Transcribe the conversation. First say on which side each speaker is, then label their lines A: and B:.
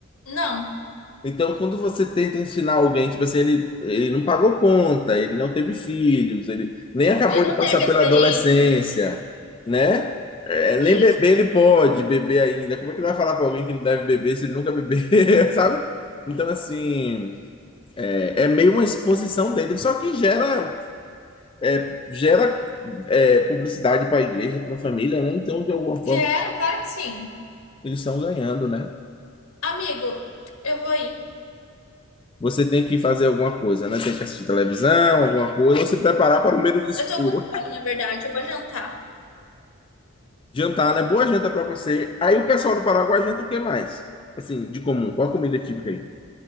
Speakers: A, on the left (about 80°); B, on the left (about 25°).
A: Não,
B: Então, quando você tenta ensinar alguém, tipo assim, ele, ele não pagou conta, ele não teve filhos, ele nem acabou
A: ele não
B: de passar
A: teve experiência.
B: pela adolescência, né? É, nem
A: Isso.
B: beber ele pode beber ainda. Como é que ele vai falar para alguém que não deve beber se ele nunca bebeu, <laughs> sabe? Então, assim, é é meio uma exposição dele, só que gera, é, gera é, publicidade para a igreja, para a família, né? Então, de alguma
A: Já
B: forma,
A: era, claro que sim.
B: eles estão ganhando, né?
A: Amigo, eu vou ir.
B: Você tem que fazer alguma coisa, né? Tem que assistir televisão, alguma coisa, ou se preparar para o meio do escuro.
A: Eu tô com fome, na verdade, eu vou jantar.
B: Jantar, né? Boa janta para você. Aí o pessoal do Paraguai janta o que mais? Assim, de comum, qual a comida típica aí?